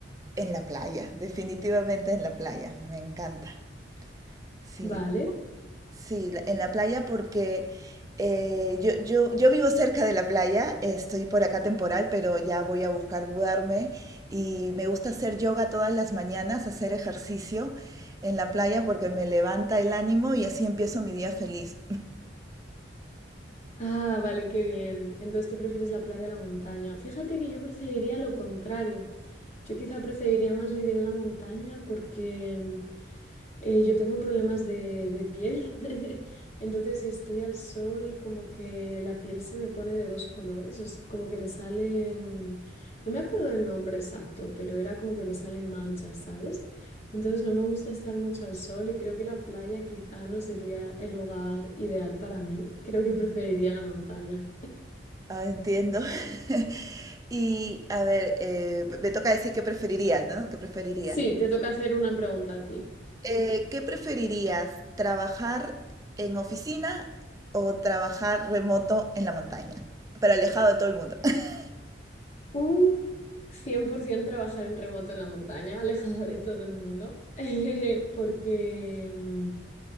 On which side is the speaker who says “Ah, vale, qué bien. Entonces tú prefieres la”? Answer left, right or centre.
Left